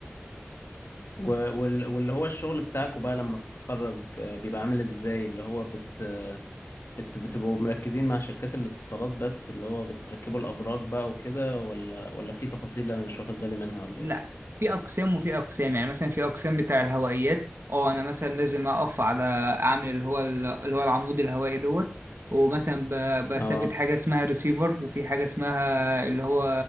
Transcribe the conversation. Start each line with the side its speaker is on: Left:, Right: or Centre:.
Left: و- وال- واللي هو الشغل بتاعكوا بقى لما بتتخرج آه، بيبقى عامل ازاي اللي هو بت آه، بت بتبقوا مركزين مع شركات الاتصالات بس اللي هو بتركبوا الأبراج بقى وكده ولا ولا في تفاصيل أنا مش واخد بالي منها ولا
Right: لا
Left: ايه؟
Right: في اقسام وفي اقسام يعني مثلا في اقسام بتاع الهوائيات اه انا مثلا لازم اقف على اعمل اللي هو اللي هو العمود الهوائي دوت ومثلا ب- بثبت
Left: اه
Right: حاجه اسمها ريسيفر وفي حاجه اسمها اللي هو